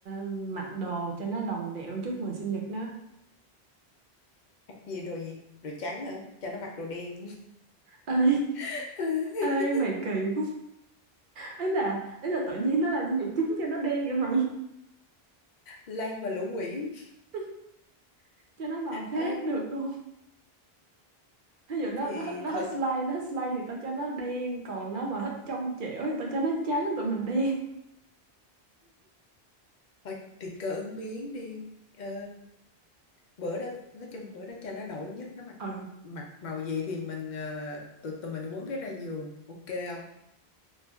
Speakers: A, on the right; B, on the left.
A: mặc đồ cho nó đồng điệu chúc mừng sinh nhật nó.
B: gì đồ gì đồ trắng hả cho nó mặc đồ đen
A: Ê,
B: <laughs>
A: ê mày kỳ quá. Ấy là ấy là tự nhiên nó làm nhân vật chính cho nó đen vậy mày.
B: Lan và lũ quỷ
A: <laughs> Cho nó màu khác
B: Ờ,
A: được không? ví dụ nó
B: thì
A: nó nó
B: thôi
A: hết slide nó hết slide thì tao cho nó đen còn nó mà hết trong trẻo thì tao cho nó trắng tụi mình đen
B: thôi thì cơ ứng biến đi Ờ, bữa đó nói chung bữa đó cho nó nổi nhất nó mặc
A: ừ
B: mặc màu gì thì mình ờ, tụi tụi mình quấn cái ra giường ok không